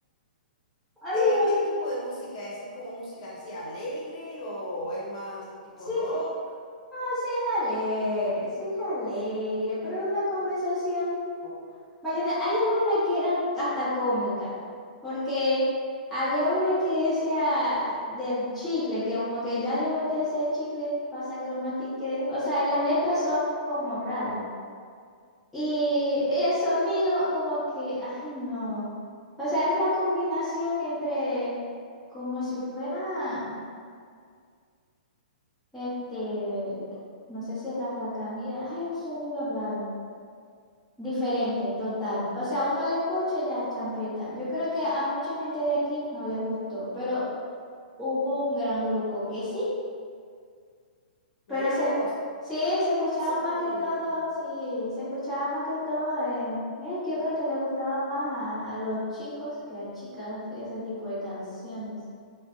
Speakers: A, in the centre; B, on the left (about 50°).
A: Oyeron,
B: Eh, ¿qué tipo de música es? ¿Es como música así alegre o es más tipo
A: sí,
B: rock?
A: ah, sí es alegre, sí es alegre, pero una conversación. Vaya, hay algunas que eran hasta cómicas, porque había una que decía del chicle, que como que ya yo boté ese chicle, pasa que lo mastiqué. O sea, y las letras son como raras. Y el sonido como que, ay no. O sea, es una combinación entre como si fuera, este, no sé si raspacanilla. Hay un sonido raro, diferente, total. O sea, uno le escucha y ya champeta. Yo creo que a mucha gente de aquí no les gustó, pero hubo un gran grupo que sí. Pero
B: Mira
A: se,
B: vos.
A: sí, se escuchaba
B: Son,
A: más que todo, sí, se escuchaba más que todo. eh, eh, yo creo que le gustaba más a, a los chicos que a chicas ese tipo de canciones.